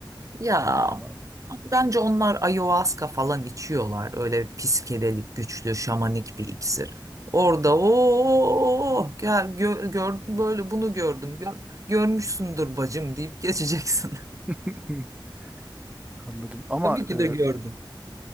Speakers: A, on the right; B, on the right.
A: Ya
B: Bilgim var mı?
A: Bence onlar ayahuasca falan içiyorlar. Öyle psikedelik güçlü şamanik bir iksir. Orada o gel gör, gör- böyle bunu gördüm. Gör, görmüşsündür bacım deyip geçeceksin.
B: <laughs> Anladım.
A: <laughs>
B: Ama
A: Tabii ki
B: e,
A: de gördün.